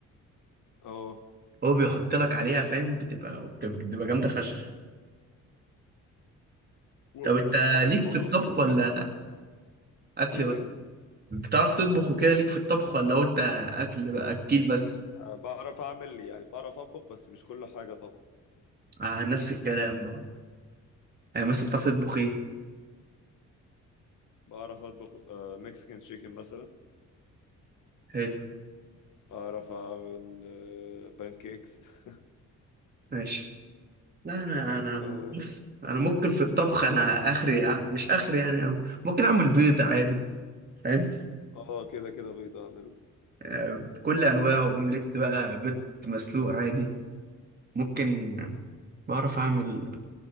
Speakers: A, on the left; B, on the right.
A: اه
B: هو بيحط لك عليها فاهم بتبقى بتبقى بتبقى جامدة فشخ
A: واو
B: طب أنت
A: انا تخيلت الموضوع
B: ليك في الطبخ
A: شكله
B: ولا
A: جامد
B: أكل
A: ايه
B: بس؟ بتعرف تطبخ وكده ليك في الطبخ ولا هو انت اكل بقى اكيل بس
A: أه بعرف اعمل يعني بعرف اطبخ بس مش كل حاجه طبعا
B: آه نفس الكلام برضه يعني مثلا بتعرف تطبخ ايه
A: بعرف اطبخ أه مكسيكان شيكن مثلا
B: حلو
A: اعرف اعمل أه بانكيكس <laughs>
B: ماشي لا انا انا
A: آه.
B: بس انا ممكن في الطبخ انا اخري آه، مش اخري يعني ممكن اعمل بيض عادي فاهم
A: اه كده كده بيض اعمله
B: آه بكل انواعه اومليت بقى بيض مسلوق عادي ممكن بعرف اعمل